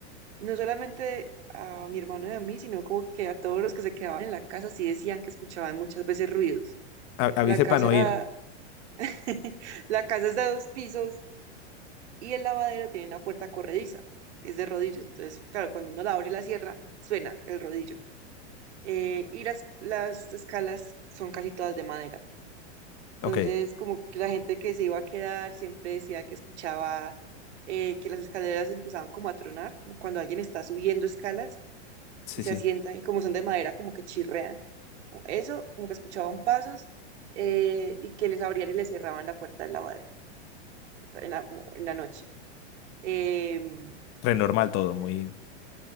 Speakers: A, on the right; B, on the left.
A: no solamente a mi hermano y a mí, sino como que a todos los que se quedaban en la casa sí decían que escuchaban muchas veces ruidos.
B: A-
A: La
B: Avise
A: casa
B: para no
A: era,
B: ir.
A: <laughs> la casa es de dos pisos y el lavadero tiene una puerta corrediza, que es de rodillos. Entonces, claro, cuando uno la abre y la cierra, suena el rodillo. Eh, y las, las escalas son casi todas de madera. Entonces,
B: Ok,
A: como que la gente que se iba a quedar siempre decía que escuchaba eh, que las escaleras empezaban como a tronar, como cuando alguien está subiendo escalas
B: sí,
A: y se
B: sí.
A: asientan y como son de madera, como que chirrean. O Eso, como que escuchaban pasos eh, y que les abrían y les cerraban la puerta del lavadero en la, como en la noche. Em,
B: Renormal todo, muy,